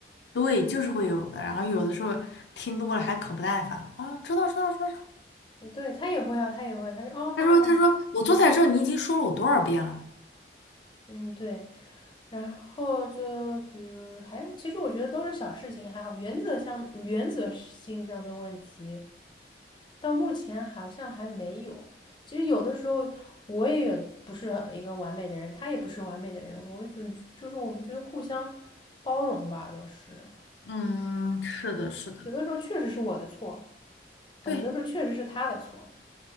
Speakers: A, on the left (about 75°); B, on the left (about 25°).
A: 对，就是会有的。然后有的时候听多了还可不耐烦了啊，知道知道知道。
B: 嗯对他也会啊，他也会，他就哦哦哦，
A: 他说他说我坐在这儿，你已经说了我多少遍了？
B: 嗯，对，然后就比如还有，其实我觉得都是小事情，还好，原则上原则性上的问题，到目前好像还没有。其实有的时候我也有不是一个完美的人，他也不是完美的人，我们就就是我们觉得互相包容吧，都是
A: 嗯，是的，是的，
B: 有的时候确实是我的错
A: 对，
B: 啊，有的时候确实是他的错，